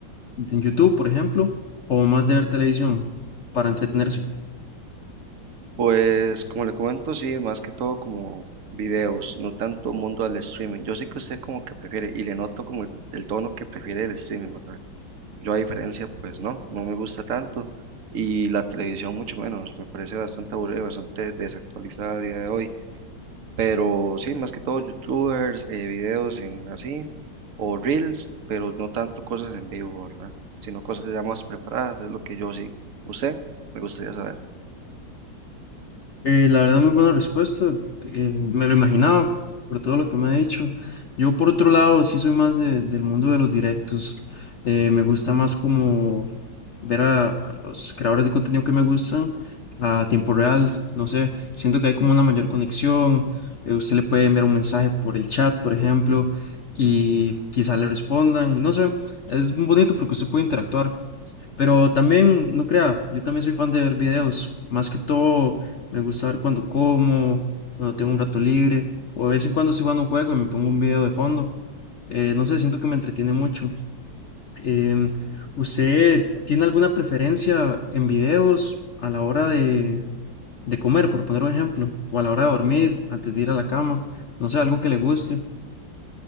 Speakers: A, on the left; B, on the right.
A: en YouTube, por ejemplo, o más de ver televisión para entretenerse?
B: Pues como le comento, sí, más que todo como videos, no tanto mundo al streaming. Yo sí que usted como que prefiere y le noto como el, el tono que prefiere el streaming, ¿verdad? Yo a diferencia, pues no, no me gusta tanto y la televisión mucho menos, me parece bastante aburrida, bastante desactualizada a día de hoy. Pero sí, más que todo youtubers, eh, videos en así, o reels, pero no tanto cosas en vivo, ¿verdad? Sino cosas ya más preparadas, es lo que yo sigo. ¿Usted? Me gustaría saber.
A: Eh, la verdad, muy buena respuesta. eh, me lo imaginaba por todo lo que me ha dicho. Yo, por otro lado, sí soy más de- del mundo de los directos. eh, me gusta más como ver a, a los creadores de contenido que me gustan a tiempo real, no sé, siento que hay como una mayor conexión, eh, usted le puede enviar un mensaje por el chat, por ejemplo, y quizá le respondan, no sé, es bonito porque usted puede interactuar, pero también, no crea, yo también soy fan de ver videos, más que todo me gusta ver cuando como, cuando tengo un rato libre, o de vez en cuando estoy jugando un juego y me pongo un video de fondo, eh, no sé, siento que me entretiene mucho. Em, ¿usted tiene alguna preferencia en videos a la hora de, de comer, por poner un ejemplo, o a la hora de dormir, antes de ir a la cama? No sé, algo que le guste.